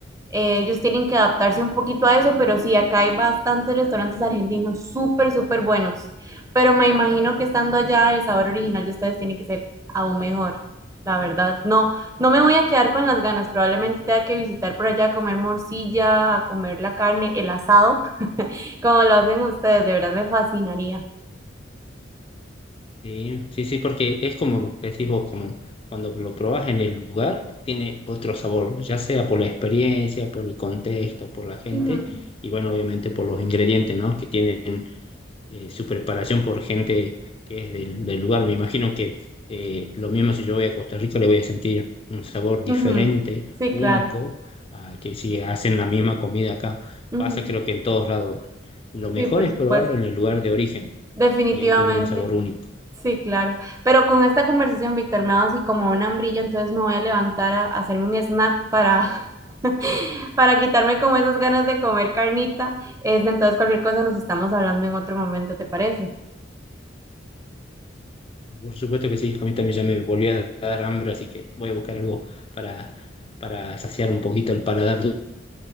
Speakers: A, on the right; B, on the left.
A: eh, ellos tienen que adaptarse un poquito a eso, pero sí, acá hay bastantes restaurantes argentinos súper, súper buenos. Pero me imagino que estando allá, el sabor original de ustedes tiene que ser aún mejor, la verdad. No, no me voy a quedar con las ganas. Probablemente tenga que visitar por allá a comer morcilla, a comer la carne, el asado, <laughs> como lo hacen ustedes. De verdad me fascinaría.
B: sí, sí, sí, porque es como decís vos, como cuando lo probás en el lugar, tiene otro sabor, ya sea por la experiencia, por el contexto, por la gente,
A: Ujú,
B: y bueno, obviamente por los ingredientes, ¿no? Que tienen eh, su preparación por gente que es del, del lugar. Me imagino que eh, lo mismo si yo voy a Costa Rica le voy a sentir un sabor diferente,
A: ujú. Sí,
B: único,
A: claro.
B: a que si hacen la misma comida acá.
A: Ujú.
B: Pasa creo que en todos lados. Lo mejor
A: Sí, por
B: es
A: supuesto.
B: probarlo en el lugar de origen
A: Definitivamente.
B: y ahí tiene un sabor único.
A: Sí, claro. Pero con esta conversación, Víctor, me ha dado así como un hambrillo, entonces me voy a levantar a, a hacerme un snack para, <laughs> para quitarme como esas ganas de comer carnita. Este, entonces, cualquier cosa nos estamos hablando en otro momento, ¿te parece?
B: Por supuesto que sí, a mí también ya me volvió a dar hambre, así que voy a buscar algo para, para saciar un poquito el paladar.